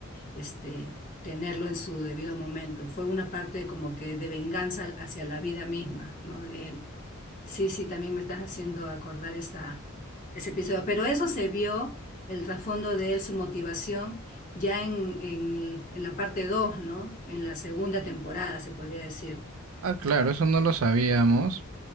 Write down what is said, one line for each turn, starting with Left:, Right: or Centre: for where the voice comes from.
Left: este, tenerlo en su debido momento. Fue una parte como que de venganza hacia la vida misma, ¿no? De él. Sí, sí, también me estás haciendo acordar esa, ese episodio. Pero eso se vio, el trasfondo de él, su motivación, ya en, en- en la parte 2, ¿no? En la segunda temporada, se podría decir.
Right: Ah, claro, eso no lo sabíamos,